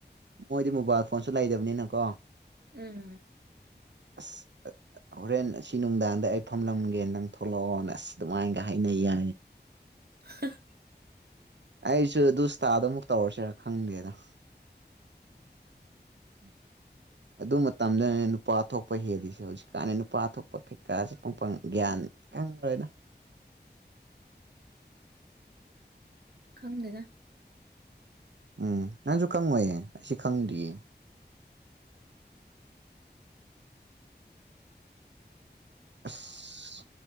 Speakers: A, on the right; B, on the right.
A: ꯃꯣꯏꯗꯤ ꯃꯣꯕꯥꯏꯜ ꯐꯣꯟꯁꯨ ꯂꯩꯗꯕꯅꯤꯅꯀꯣ
B: ꯎꯝ
A: ꯑꯁ ꯑ ꯍꯣꯔꯦꯟ ꯑꯁꯤ ꯅꯨꯡꯗꯥꯡꯗ ꯑꯩ ꯐꯝꯂꯝꯒꯦ ꯅꯪ ꯊꯣꯛꯂꯣꯛꯑꯣꯅ ꯑꯁ ꯑꯗꯨꯃꯥꯏꯅꯒ ꯍꯥꯏꯅꯩꯌꯦ
B: ꯑꯍꯍ
A: ꯑꯩꯁꯨ ꯗꯨ ꯁꯇꯥꯗꯨꯃꯨꯛ ꯇꯧꯔꯁꯤꯔ ꯈꯪꯗꯦꯗ ꯑꯟꯑꯣꯗꯤꯕꯜ ꯑꯗꯨ ꯃꯇꯝꯗ ꯅꯨꯄꯥ ꯑ ꯊꯣꯛꯄ ꯍꯦꯜꯂꯤꯁꯦ ꯍꯧꯖꯤꯛꯀꯥꯟꯅ ꯅꯨꯄꯥ ꯑꯊ ꯊꯣꯛꯄ ꯀꯩꯀꯥꯁꯦ ꯄꯪꯄ ꯒ꯭ꯌꯥꯟ ꯑꯝ ꯈꯪꯗ꯭ꯔꯦꯗ
B: ꯈꯪꯗꯦꯗ
A: ꯎꯝ ꯅꯪꯁꯨ ꯈꯪꯉꯣꯏꯌꯦ ꯑꯩꯁꯨ ꯈꯪꯗꯦꯌꯦ ꯑꯁ